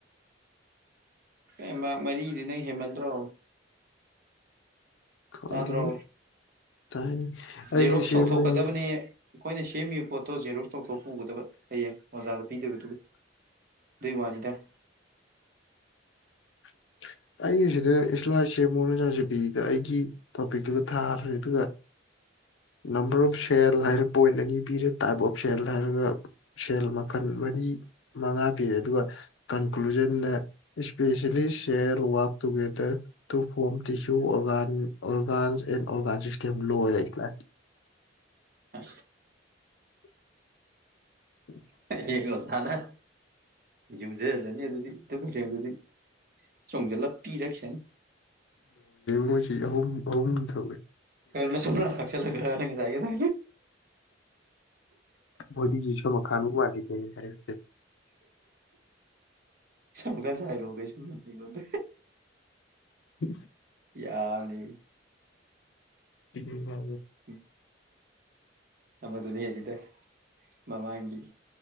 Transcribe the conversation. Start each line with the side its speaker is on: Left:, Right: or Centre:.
Right: ꯑꯦ ꯃꯔꯤꯗꯤ ꯅꯪ ꯍꯦꯃꯟꯗ꯭ꯔꯣ
Left: ꯈꯪꯗꯦꯍꯦ
Right: ꯇꯥꯗ꯭ꯔꯣ
Left: ꯇꯥꯏꯅꯤ ꯑꯩꯅ
Right: ꯖꯦꯔꯣꯛꯁ
Left: ꯁꯦꯝꯕꯅꯤꯗ
Right: ꯇꯧꯊꯣꯛꯀꯗꯕꯅꯤ ꯑꯩꯈꯣꯏꯅ ꯁꯦꯝꯃꯤꯕ ꯄꯣꯠꯇꯣ ꯖꯦꯔꯣꯛꯁ ꯇꯧꯊꯣꯛ ꯄꯨꯒꯗꯕ ꯍꯌꯦꯡ ꯑꯣꯖꯥꯗ ꯄꯤꯗꯣꯏꯕꯗꯨꯒꯤ ꯋꯥꯅꯤꯗ
Left: <inaudible> ꯑꯩꯅ ꯁꯤꯗ ꯏꯁꯂꯥꯏꯁꯦ ꯃꯣꯅ ꯆꯥꯖꯕꯤꯗ ꯑꯩꯒꯤ ꯇꯣꯄꯤꯛꯇꯨꯒ ꯊꯥꯈ꯭ꯔꯦ ꯑꯗꯨꯒ ꯅꯝꯕꯔ ꯑꯣꯐ ꯁꯦꯜ ꯍꯥꯏꯔꯦ ꯄꯣꯏꯟ ꯑꯅꯤ ꯄꯤꯔꯦ ꯇꯥꯏꯞ ꯑꯣꯐ ꯁꯦꯜ ꯍꯥꯏꯔꯒ ꯁꯦꯜ ꯟ ꯃꯔꯤ ꯃꯉꯥ ꯄꯤꯔꯦ ꯑꯗꯨꯒ ꯀꯟꯀ꯭ꯂꯨꯖꯟꯗ especially cell work together to form tissue organ and organ system ꯎꯍꯤꯁ
Right: ꯑ
Left: ꯎꯝ
Right: ꯍꯌꯦꯡ ꯑꯣꯖꯅ ꯌꯨꯖꯖꯅꯤ ꯑꯗꯨꯗꯤ ꯇꯀ ꯁꯦꯝꯗꯨꯗꯤ ꯆꯣꯡꯖꯜꯂ ꯄꯤꯔꯛꯁꯅꯤ
Left: ꯍꯣꯏꯁꯤ ꯑꯍꯨꯝ ꯑꯍꯨꯝ ꯊꯣꯛꯑꯦ
Right: ꯀꯔ ꯅ ꯁꯅ ꯐꯆꯂꯒ ꯆꯥꯏꯌꯦ ꯊ
Left: ꯃꯣꯗꯤ ꯖꯤꯁꯨ ꯃꯀꯥꯟ ꯎ ꯋꯥꯗ ꯍꯥꯏ
Right: ꯆꯝꯀ ꯆꯥꯏ ꯂꯣꯒꯦꯩꯁꯤ ꯃꯅꯤꯒꯗ
Left: ꯎ
Right: ꯌꯥꯅꯤ
Left: ꯎ ꯍ
Right: ꯎꯝ ꯑ ꯃꯗꯨ ꯅ ꯍꯔꯤꯗ ꯃꯥꯃꯒꯤꯤ